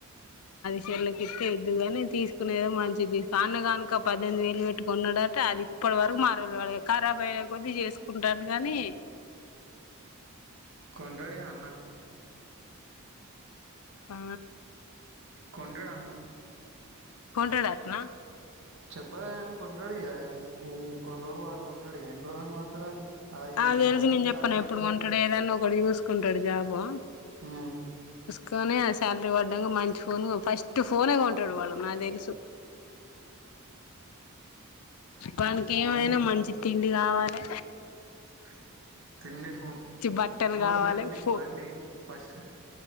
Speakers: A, on the left; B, on the right.
A: చెల్లికి ఇస్తే ఇద్దువుగాని, తీసుకునేదో మంచిది తీసుకో అన్నే గానూక పద్దెనిమిది వేలు పెట్టి కొన్నాడట అది ఇప్పటి వరకు మార్వలే. ఖరాబు అయ్యే కొద్ది చేసుకుంటాడు కానీ
B: కొంటాడు అన్న
A: ఆ
B: కొంటాడు అన్న
A: కొంటాడట్నా
B: చెప్పలే అని కొంటాడు ఇగ కొన్ని రోజులు వాడుకొంటాడు ఎన్ని రోజులుని వాడతాడు. అది
A: అవేమీ
B: చార్జింగ్
A: గివేమి చెప్పలే
B: సక్కగా
A: తెలిసి ఎప్పుడు
B: ఎక్కదు
A: కొంటాడో ఏదన్నా ఒకటి చూసుకుంటాడు జాబు
B: మ్
A: కాని ఆ శాలరీ పడ్డంగా మంచి ఫోన్ ఫస్ట్ ఫోన్ కొంటాడు. డువాడు. నాకు తెలుసు వానికి
B: ఫోన్
A: ఏమైనా మంచి తిండి కావాలె.
B: క్హ తిండి ఫోన్.
A: బట్టలు
B: ఫోన్,
A: కావాలి
B: బండి
A: ఫో
B: బండి ఫస్ట్.